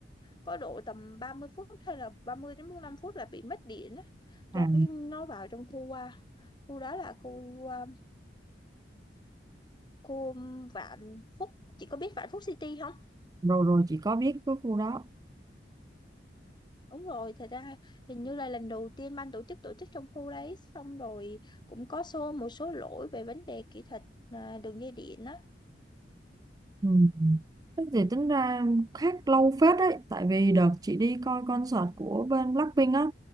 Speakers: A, on the left; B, on the right.
A: có độ tầm 30 phút hay là 30 đến 45 phút là bị mất điện á do
B: À,
A: cái nó vào trong khu qua khu đó là khu à, khu Vạn Phúc chị có biết Vạn Phúc City không
B: rồi rồi chị có biết cái khu đó.
A: đúng rồi thật ra hình như là lần đầu tiên ban tổ chức tổ chức trong khu đấy xong rồi cũng có xô một số lỗi về vấn đề kỹ thuật à, đường dây điện á
B: Ừ. Thế thì tính ra hát lâu phết đấy. Tại vì đợt chị đi coi concert của bên Blackpink á